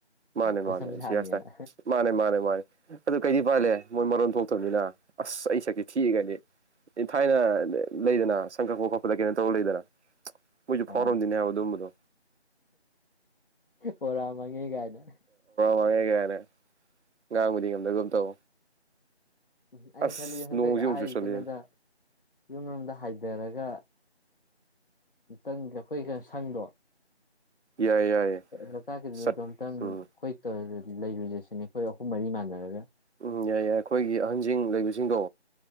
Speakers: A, on the right; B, on the left.
A: ꯃꯥꯅꯦ
B: ꯃꯁꯝ
A: ꯃꯥꯅꯦ
B: ꯁꯥꯡꯉꯦꯅ
A: ꯁꯤꯌꯥꯇ ꯃꯥꯅꯦ ꯃꯥꯅꯦ ꯃꯥꯅꯦ ꯑꯗꯨ ꯀꯩꯗꯤ ꯎꯄꯥꯏ ꯂꯩ ꯃꯣꯏ ꯃꯔꯣꯟ ꯊꯣꯛꯇꯕꯅꯤꯅ ꯑꯁ ꯑꯩ ꯁꯛꯁꯦ ꯊꯤꯑꯒꯗꯤ ꯊꯥꯏꯅ ꯂꯩꯗꯅ ꯁꯪꯀꯛꯄ ꯈꯣꯠꯄꯗ ꯀꯩꯅꯣ ꯇꯧꯔꯒ ꯂꯩꯗꯅ ꯃꯣꯏꯁꯨ ꯐꯣꯔꯝꯗꯨꯅꯦ
B: ꯑ
A: ꯍꯥꯏꯕ ꯑꯗꯨꯒꯨꯝꯕꯗꯣ
B: ꯑꯣꯔꯃꯪꯉꯦ ꯀꯥꯏꯗ
A: ꯋꯥꯡꯉꯦ ꯀꯥꯏꯅ ꯉꯥꯡꯕꯗꯤ ꯉꯝꯗꯒꯨꯝ ꯇꯧ
B: ꯎꯝ ꯑꯩꯅ
A: ꯑꯁ
B: ꯈꯜꯂꯤ ꯍꯟꯗꯛ
A: ꯅꯣꯡꯁꯤ ꯑꯃꯨꯛ
B: ꯑꯥꯢ
A: ꯆꯨꯁꯜꯂꯛꯑꯦꯅꯦ
B: ꯀꯩꯅꯣꯗ ꯌꯨꯝ ꯂꯣꯝꯗ ꯍꯥꯏ ꯂꯩꯔꯒ ꯑꯃꯨꯛꯇꯪ ꯑꯩꯈꯣꯏꯒ ꯁꯪꯗꯣ
A: ꯌꯥꯏ ꯌꯥꯏꯌꯦ
B: ꯂꯣꯛꯇꯥꯛꯀꯤꯗꯨꯗꯗꯣꯝꯇꯪ
A: ꯆꯠ ꯎꯝ
B: ꯑꯈꯣꯏ ꯂꯩꯔꯨꯁꯦ ꯁꯤꯅꯤ ꯑꯩꯈꯣꯏ ꯑꯍꯨꯝ ꯃꯔꯤ ꯃꯥꯟꯅꯔꯒ
A: ꯎꯝ ꯌꯥꯏ ꯌꯥꯏ ꯑꯩꯈꯣꯏꯒꯤ ꯑꯍꯥꯟ ꯖꯤꯡ ꯂꯩꯕꯁꯤꯡꯗꯣ